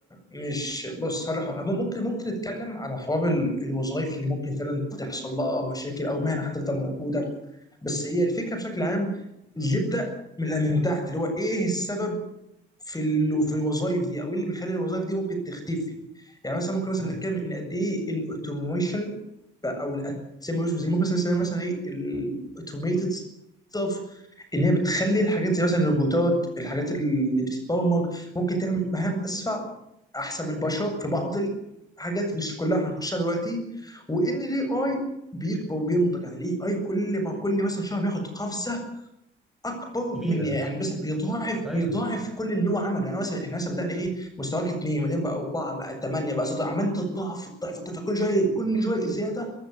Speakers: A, on the left (about 20°); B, in the centre.
A: مش بص هقول لك حاجة. ممكن ممكن نتكلم على حوار ال- الوظائف اللي ممكن فعلا تحصل لها مشاكل او مهنه هتفضل موجوده بس هي الفكره بشكل عام اللي نبدا من من تحت اللي هو ايه السبب في ال... في الوظائف دي او إيه اللي بيخلي الوظائف دي ممكن تختفي يعني مثلا ممكن مثلا
B: مم.
A: نتكلم ان قد ايه الاوتوميشن او ال- زي ما زي ممكن مثلا نسميها مثلا ايه الاوتوميتد ستاف ان هي بتخلي الحاجات زي مثلا الروبوتات الحاجات اللي بتتبرمج ممكن تعمل مهام اسرع احسن من البشر في بعض الحاجات مش كلها هنخشها دلوقتي وان الاي اي بيكبر وبينضج يعني الاي اي كل ما كل مثلا شهر بياخد قفزه اكبر من
B: كبيرة
A: يعني مثلا بيضاعف
B: ايوه
A: بيضاعف كل اللي هو عمله يعني مثلا احنا مثلا بدانا ايه مستواك اثنين بعدين بقى اربعه بقى ثمانيه بقى سته عمال تضاعف تضاعف تضاعف كل شويه كل شويه زياده